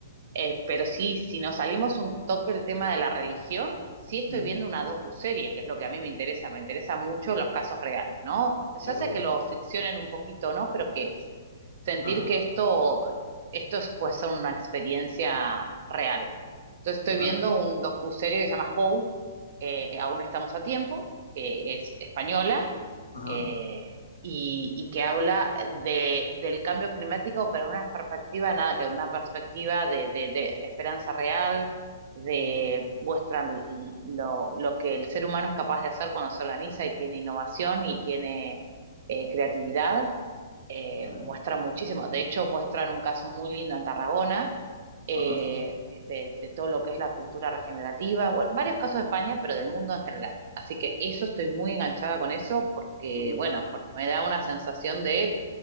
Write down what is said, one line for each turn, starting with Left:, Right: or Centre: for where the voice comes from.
Right: Eh, pero sí, si nos salimos un toque del tema de la religión, sí estoy
Left: Ujú,
Right: viendo una docuserie, que es lo que a mí me interesa, me interesa mucho los casos reales, ¿no? Ya
Left: ¿De acuerdo?
Right: sea que lo ficcionen un poquito, ¿no? Pero que es sentir
Left: Ajá,
Right: que esto, esto es pues una experiencia real. Entonces estoy
Left: vale,
Right: viendo un docuserie que se llama How, eh, Aún estamos a tiempo, que es española,
Left: ajá,
Right: eh, y, y que habla de, del cambio climático, pero en una perspectiva, nada, que una perspectiva de, de- de esperanza real, de muestran lo, lo que el ser humano es capaz de hacer cuando se organiza y tiene innovación y tiene eh, creatividad. Eh,
Left: vale,
Right: muestran muchísimo, de hecho muestran un caso muy lindo en Tarragona, eh,
Left: ajá,
Right: de, de todo lo que es la cultura regenerativa, bueno, varios casos de España, pero del mundo en general. Así que eso estoy muy enganchada con eso porque,
Left: qué bueno.
Right: bueno, porque me da una sensación de